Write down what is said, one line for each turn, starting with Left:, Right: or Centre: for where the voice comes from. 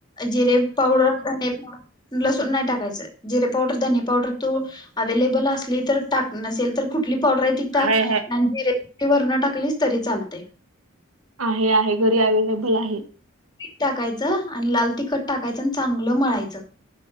Left: जिरे पावडर धने पावडर लसूणं नाहीं टाकायचं जिरे पावडर धनी पावडर तूं अवेलेबल असली तरी टांक नसेल तरं कुंठली पावडर आहे तिऽ टांक
Right: हाय हाय
Left: मिरे वरंन टाकलीस तरी चालतेंय
Right: आहे आहे घरी अवेलेबल आहे.
Left: मीठ टाकायचं आणि लांल तिखटं टाकायचं आणि चांगलं मळायचं